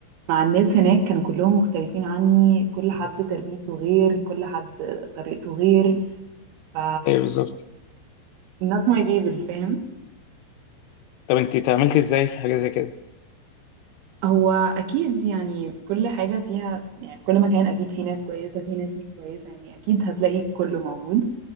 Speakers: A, on the right; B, on the left.
A: مع الناس هناك كانوا كلهم مختلفين عني كل حد تربيته غير كل حد طريقته غير ف
B: <laughs> ايه بالظبط
A: not my people فاهم
B: طب انتي تعاملتي ازاي في حاجة زي كده
A: هو اكيد يعني في كل حاجه فيها يعني في كل مكان اكيد في ناس كويسه في ناس مش كويسه يعني اكيد هتلاقي كله موجود